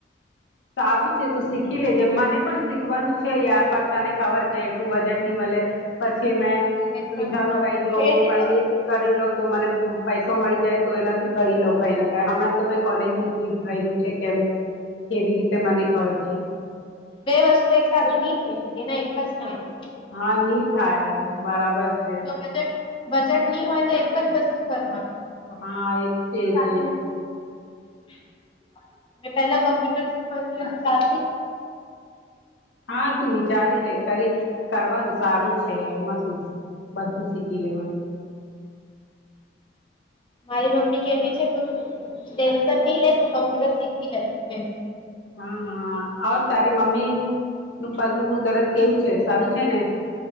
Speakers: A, on the left; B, on the left.
A: સારું છે તો શીખી લેજે મને પણ શીખવાનું છે યા પર તને ખબર છે એટલું બજેટ ની વલે પછી મેં
B: પૈસાનો
A: વિચાર્યું
B: પ્રોબ્લેમ
A: કઈ જોબ
B: છે એટલે
A: વોબ કરી કરી રહ તો મને પૈસો મળી જાય તો એનાથી કરી લઉ કઈ ના કઈ હમણાં તો મેં કોલેજ નું ફીસ ભર્યું છે કેમ કેવી રીતે મને ખબર છે
B: બે વસ્તુ એક સાથે નહી થઈ શકે ને એક જ થઈ શકે
A: હા ની થાય બરાબર છે
B: જો બજેટ બજેટ નની હોય તો એક જ વસ્તુ કરવાનું
A: હા એ
B: સાથે
A: તેજજ
B: <inaudible> મેં પેલા કમ્પ્યુટર શીખવાની વિચારતી
A: હા તું વિચારી લે કરી કરવાનું સારું જ છે એમાં શું બધું શીખી લેવાનું
B: મારી મમ્મી કેતી છે તું ટેન્શન નહી લે તું કમ્પ્યુટર શીખી લે લે
A: હ હાર તારી મમ્મી નું પગ નું દરદ કેવું છે સારું છે ને